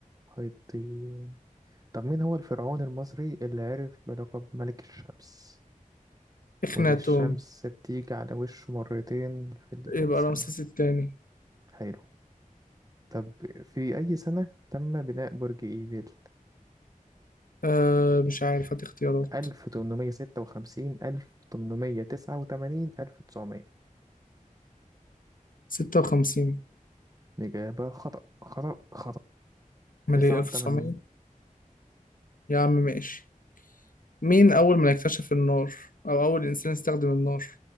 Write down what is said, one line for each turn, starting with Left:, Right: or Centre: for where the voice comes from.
Right: حيطين طب مين هو الفرعون المصري اللي عرف بلقب ملك الشمس
Left: إخناتون
Right: واللي الشمس بتيجي على وشه مرتين في
Left: يبقى
Right: السنة
Left: رمسيس الثاني
Right: حلو طب في أي سنة تم بناء برج إيفيل
Left: أه مش عارف هات اختيارات
Right: 1856 1889 1900
Left: ستة وخمسين
Right: الإجابة خطأ خطأ خطأ
Left: مالي
Right: 89
Left: ألف وتسعمية يا عم ماشي مين أول من اكتشف النار أو أول إنسان استخدم النار